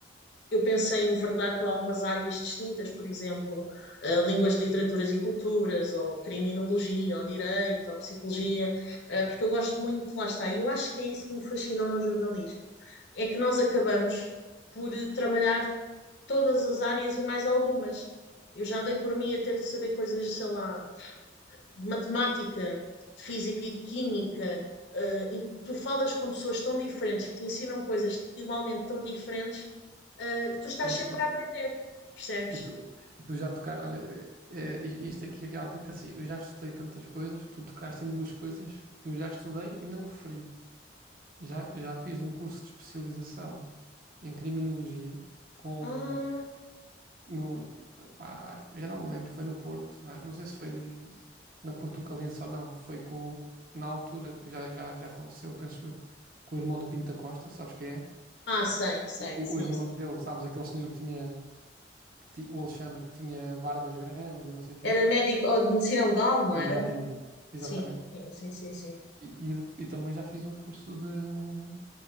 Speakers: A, on the left; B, on the right.
A: eu pensei em enverdar para algumas áreas distintas, por exemplo, eh, línguas, literaturas e culturas, ou criminologia, ou direito, ou psicologia, eh, porque eu gosto muito, lá está, e eu acho que é isso que me fascinou no jornalismo, é que nós acabamos por eh, trabalhar todas as áreas e mais algumas. Eu já dei por mim a ter de saber coisas, sei lá, de matemática, de física e de química, eh, tu falas com pessoas tão diferentes que te ensinam coisas igualmente tão diferentes, eh, que tu estás
B: Bom,
A: sempre a aprender, percebes?
B: E tu, e tu já tocaste, olha, é, i- isto aqui é realmente assim, eu já estudei tantas coisas que tu tocaste em duas coisas que eu já estudei e não referi. Já, já fiz um curso de especialização em criminologia com
A: Ah,
B: no, pá, já não me lembro, foi no Porto, ah, não sei se foi n- na Portucalense ou não, foi com, o- na altura, já, já, já faleceu, penso eu, com o irmão do Pinto da Costa, sabes quem é?
A: ah, sei, sei,
B: O,
A: sim,
B: o irmão
A: sim,
B: dele,
A: sim.
B: sabes, aquele senhor que tinha, que ti- o Alexandre, que tinha barbas grandes e não sei o quê.
A: Era médico ou de medicina legal, não
B: Exatamente.
A: era?
B: Exatamente.
A: Sim, sim, sim, sim, sim.
B: E, e, dep- e também já fiz um curso de hum,